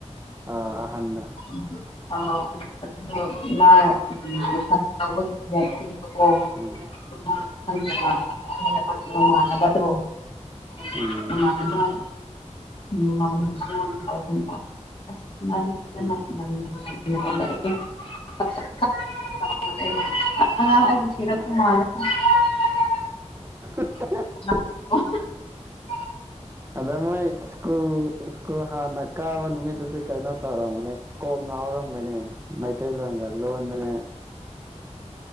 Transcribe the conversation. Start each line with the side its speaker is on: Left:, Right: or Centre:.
Right: ꯑ ꯑꯍꯥꯟꯕ
Left: <unintelligible> <inaudible> ꯑꯗꯣ ꯃꯥ꯫ <inaudible> <inaudible> <unintelligible>
Right: ꯎꯝ ꯎꯝ
Left: <unintelligible> <inaudible> <unintelligible> <inaudible> <unintelligible>
Right: ꯎꯝ ꯎꯝ
Left: <inaudible> <unintelligible> <inaudible>
Right: ꯎꯝ <unintelligible> <inaudible>
Left: <unintelligible> <inaudible>
Right: ꯑꯗ ꯃꯣꯏ ꯁ꯭ꯀꯨꯜ ꯁ꯭ꯀꯨꯜ ꯍꯥꯟꯅ ꯀꯥꯕ ꯅꯨꯃꯤꯠꯇꯨꯗꯤ ꯀꯩꯅꯣ ꯇꯧꯔꯝꯒꯅꯤ ꯀꯣꯛ ꯉꯥꯎꯔ ꯔꯝꯒꯅꯤ ꯃꯩꯇꯩꯂꯣꯟꯣꯒ ꯂꯣꯟꯕꯅꯦ꯫